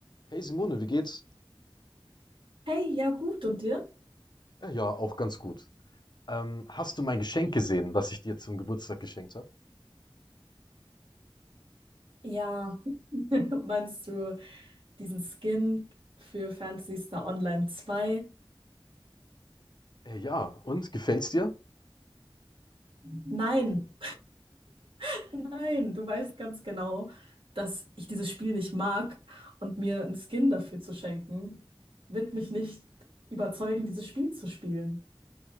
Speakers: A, on the left; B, on the right.
A: Hey Simone, wie geht's?
B: Hey, ja gut, und dir?
A: Äh, ja, auch ganz gut. Ähm, hast du mein Geschenk gesehen, was ich dir zum Geburtstag geschenkt habe?
B: Ja, <laughs> meinst du diesen Skin für Phantasy Star Online zwei?
A: Äh, ja, und gefällt's dir?
B: Nein, <laughs> nein, du weißt ganz genau, dass ich dieses Spiel nicht mag und mir einen Skin dafür zu schenken, wird mich nicht überzeugen, dieses Spiel zu spielen.